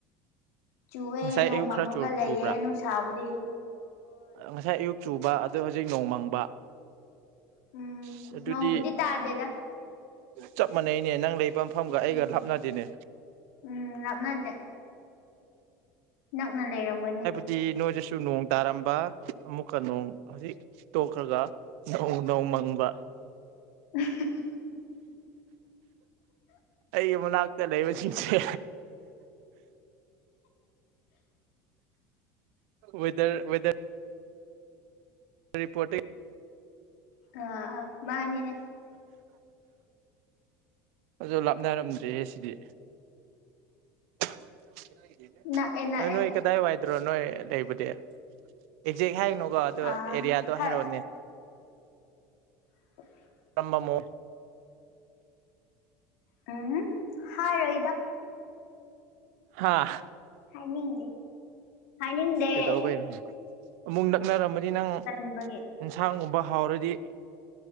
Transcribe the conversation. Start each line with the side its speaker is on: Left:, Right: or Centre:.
Left: ꯆꯨꯑꯦ
Right: ꯉꯁꯥꯏ
Left: ꯅꯣꯡ
Right: ꯑꯌꯨꯛ
Left: ꯃꯪꯉꯒ
Right: ꯈꯔ
Left: ꯂꯩꯌꯦꯦ
Right: ꯆꯨꯕ꯭ꯔꯥ
Left: ꯅꯨꯡ ꯁꯥꯕꯨꯗꯤ
Right: ꯉꯁꯥꯏ ꯑꯌꯨꯛ ꯆꯨꯕ ꯑ ꯍꯧꯖꯤꯛ ꯅꯣꯡꯃꯪꯕ
Left: ꯎꯝ
Right: ꯁ ꯑꯗꯨꯗꯤ
Left: ꯅꯣꯡꯕꯨꯗꯤ ꯇꯥꯗꯦꯗ
Right: ꯆꯞ ꯃꯥꯟꯅꯩꯅꯦ ꯅꯪ ꯂꯩꯕ ꯃꯐꯝꯒ ꯑꯩꯒ
Left: ꯎꯝ
Right: ꯂꯥꯞꯅꯗꯦꯅꯦ
Left: ꯎꯝ ꯂꯥꯞꯅꯗꯦ ꯅꯛꯅ ꯂꯩꯔꯝꯒꯅꯤ
Right: ꯍꯥꯏꯗꯤ ꯅꯣꯏꯗꯁꯨ ꯅꯣꯡ ꯇꯥꯔꯝꯕ ꯑꯃꯨꯛꯀ ꯅꯣꯡ ꯍꯧꯖꯤꯛ ꯇꯣꯛꯈ꯭ꯔꯒ ꯅꯣꯡ ꯅꯣꯡ ꯃꯪꯕ
Left: <inaudible>
Right: ꯑꯩꯒꯤ ꯃꯅꯥꯛꯇ ꯂꯩꯕꯁꯤꯡꯁꯦ ꯋꯦꯗꯔ ꯋꯦꯗꯔ ꯔꯤꯄꯣꯔꯇꯤꯡ
Left: ꯑ ꯑ ꯃꯥꯅꯤꯅꯦ
Right: ꯑ ꯂꯥꯞꯅꯔꯝꯗ꯭ꯔꯦꯍ ꯁꯤꯗꯤ <inaudible>
Left: ꯅꯛꯑꯦ ꯅꯛꯑꯦ
Right: ꯑ ꯅꯣꯏ ꯀꯗꯥꯏ ꯋꯥꯏꯗ꯭ꯔꯣ ꯅꯣꯏ ꯂꯩꯕꯨꯗꯤ ꯑꯦꯛꯖꯦꯛ ꯍꯥꯏꯅꯣ ꯕ ꯑꯗꯨ
Left: ꯑꯥ
Right: ꯑꯦꯔꯤꯌꯥꯗꯣ
Left: ꯍꯥꯏ
Right: ꯍꯥꯏꯔꯛꯑꯣꯅꯦ
Left: <inaudible>
Right: ꯔꯝꯕ ꯃꯑꯣꯡ
Left: ꯎꯝ ꯍꯥꯏꯔꯣꯏꯗ
Right: ꯍꯥꯥ
Left: ꯍꯥꯏꯅꯤꯡꯗꯦ ꯍꯥꯏꯅꯤꯡꯗꯦ
Right: ꯀꯩꯗꯧꯕꯩꯩꯅꯣ ꯑꯃꯨꯛ ꯅꯛꯅꯔꯝꯃꯅꯤ ꯅꯪ
Left: ꯇꯟꯕꯒꯤ
Right: ꯏꯟꯁꯥꯡꯒꯨꯝꯕ ꯍꯥꯎꯔꯗꯤ